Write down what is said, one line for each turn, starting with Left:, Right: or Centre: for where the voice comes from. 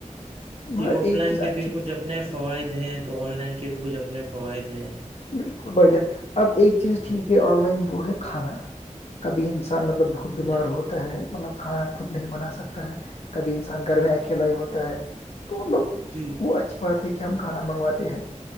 Right: جی
Left: مگر
Right: آف
Left: ایک
Right: لائن
Left: چیز
Right: کے
Left: اچھی
Right: بھی کچھ اپنے فوائد ہیں تو آن لائن کے بھی کچھ اپنے فوائد ہیں
Left: بالکل بھجن اب ایک چیز ٹھیک
Right: جی
Left: ہے آن لائن وہ ہے کھانا کبھی انسان مطلب خود بیمار
Right: جی
Left: ہوتا ہے مطلب کھانا خود نہیں بنا سکتا ہے کبھی انسان گھر میں اکیلا ہی ہوتا ہے تو مطلب
Right: جی
Left: وہ اچھی بات ہے کہ ہم کھانا منگواتے ہیں